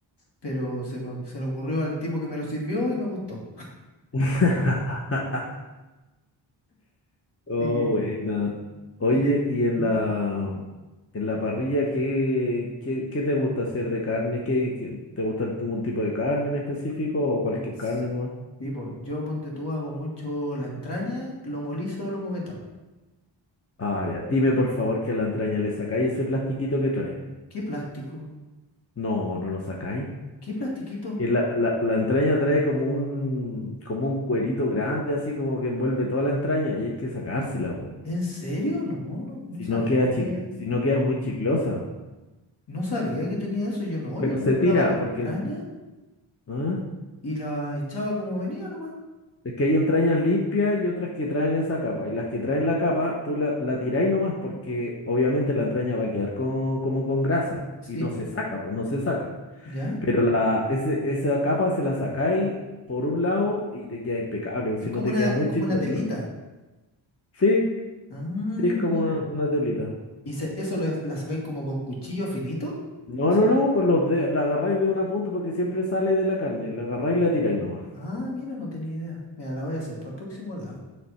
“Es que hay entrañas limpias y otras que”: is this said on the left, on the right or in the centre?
Left